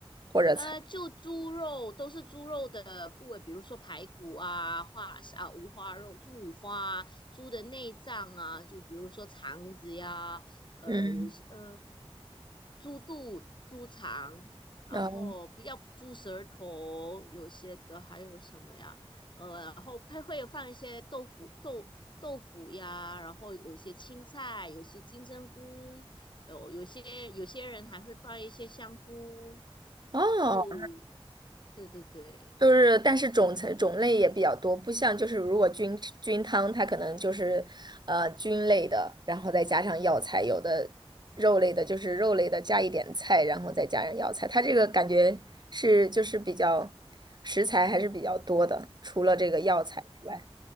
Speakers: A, on the right; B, on the left.
A: 或者菜？
B: 呃，就猪肉都是猪肉的部位，比如说排骨啊、花啊、五花肉、猪五花、猪的内脏啊，就比如说肠子呀，呃，
A: 嗯，
B: 有些呃，猪肚、猪肠，然后比较猪舌头，
A: 哦
B: 有些的还有什么呀？呃，然后配会放一些豆腐、豆豆腐呀，然后有一些青菜，有些金针菇，有有些有些人还会放一些香菇，
A: 哦，
B: 就对对对，
A: 就是，但是种层种类也比较多，不像就是如果菌菌汤，它可能就是，呃，菌类的，然后再加上药材，有的肉类的，就是肉类的加一点菜，然后再加上药材，它这个感觉是就是比较食材还是比较多的，除了这个药材之外，